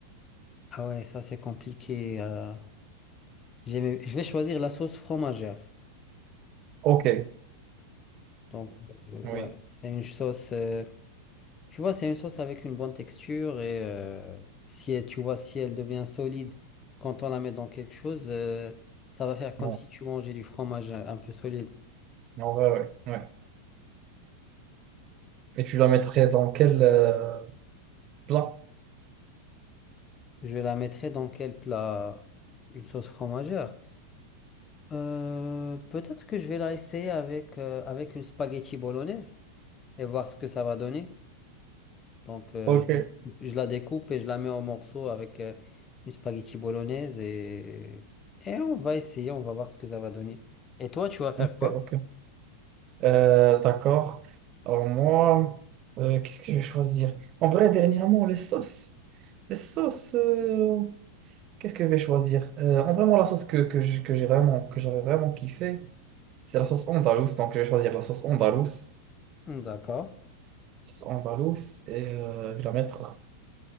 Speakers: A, on the left; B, on the right.
A: Ah ouais, ça c'est compliqué. euh. J'aime- Je vais choisir la sauce fromagère.
B: Ok, ouais,
A: Donc euh,
B: oui,
A: ouais, c'est une sauce. euh, Tu vois, c'est une sauce avec une bonne texture et euh, si elle- tu vois si elle devient solide quand on la met dans quelque chose, euh, ça va faire comme
B: ouais.
A: si tu mangeais du fromage un peu solide.
B: En vrai, ouais, ouais. Et tu la mettrais dans quel euh, plat?
A: Je la mettrai dans quel plat? Une sauce fromagère. Euh, peut-être que je vais la essayer avec, euh, avec une spaghetti bolognaise et voir ce que ça va donner. Donc, euh,
B: Ok,
A: je, la découpe je la découpe et je la mets en morceaux avec euh, une spaghetti bolognaise et, et on va essayer, on va voir ce que ça va donner. Et toi, tu vas faire
B: ok,
A: quoi?
B: ok. Euh, d'accord. Alors moi, euh, qu'est-ce que je vais choisir? En vrai, dernièrement, les sauces. Les sauces, euh, qu'est-ce que je vais choisir? Euh, en vraiment, la sauce que, que j'ai que j'ai vraiment, que j'avais vraiment kiffé, c'est la sauce andalouse. Donc, je vais choisir la sauce andalouse.
A: Hmm, D'accord.
B: Sauce andalouse et euh, je vais la mettre